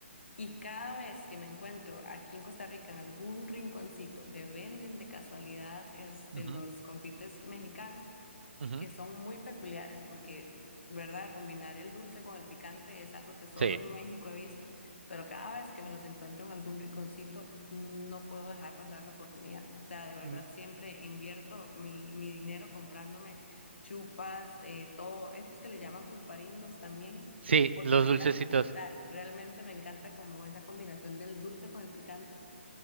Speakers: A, on the left (about 65°); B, on the right (about 60°).
A: y cada vez que me encuentro aquí en Costa Rica en algún rinconcito que venden de casualidad este,
B: Ujú,
A: los confites mexicanos,
B: ujú,
A: que son muy peculiares porque, ¿verdad? Combinar el dulce con el picante es algo que solo
B: Sí,
A: en México he visto, pero cada vez que me los encuentro en algún rinconcito, no puedo dejar pasar la oportunidad. O sea, de verdad
B: Mm,
A: siempre invierto mi, mi dinero comprándome chupas, eh, todo, estos que le llaman pulparindos también,
B: sí,
A: porque
B: los
A: me encantan.
B: dulcecitos.
A: O sea, realmente me encanta como esa combinación del dulce con el picante.